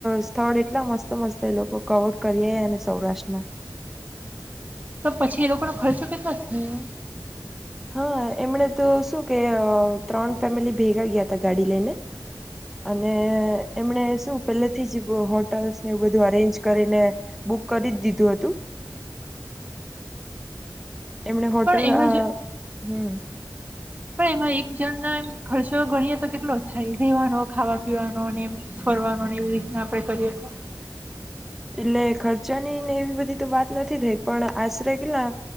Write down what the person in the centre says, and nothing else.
સ્થળ એટલા મસ્ત મસ્ત એ લોકો કવર કરી આવ્યાને સૌરાષ્ટ્રના.
હા, એમણે તો શું કે ત્રણ ફેમિલી ભેગા ગયા હતા ગાડી લઈને અને એમણે શું પેલેથી જ હોટલ્સને એવું બધું અરેન્જ કરીને બુક કરી જ દીધું હતું. એમણે હોટલ
અ.
હમ્મ.
એટલે ખર્ચાની ને એવી બધી તો વાત નથી થઈ પણ આશરે કેટલા